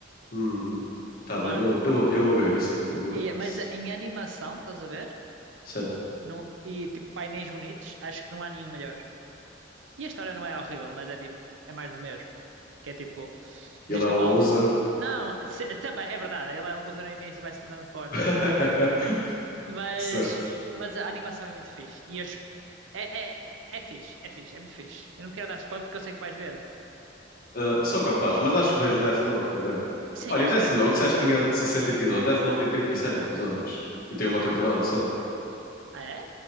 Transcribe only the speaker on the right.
Não
há.
E-
mas
em animação, estás a ver?
Não, e tipo, painéis bonitos, acho que não há nenhum melhor. E a história não é horrível, mas é tipo, é mais do mesmo. Que é tipo, existe
um mal.
Não, se- também, é verdade, ele é um lutador no início e vai se tornando forte.
Mas,
mas a animação é muito fixe. E as, é, é, é fixe, é fixe, é muito fixe. Eu não quero dar spoiler porque eu sei que vais ver.
Sim,
acho
que Death
Note
também.
Ah, é?